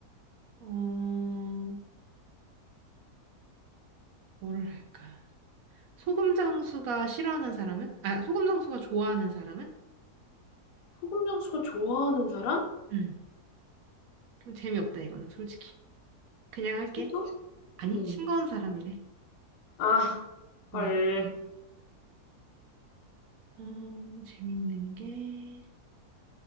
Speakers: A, on the right; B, on the left.
A: 어, 뭐를 할까? 소금 장수가 싫어하는 사람은? 아, 소금 장수가 좋아하는 사람은?
B: 소금 장수가 좋아하는 사람?
A: 음. 좀 재미없다, 이거는 솔직히. 그냥 할게.
B: 소금?
A: 아니,
B: 응.
A: 싱거운 사람이래.
B: 아, 헐.
A: 응. 음, 재밌는 게,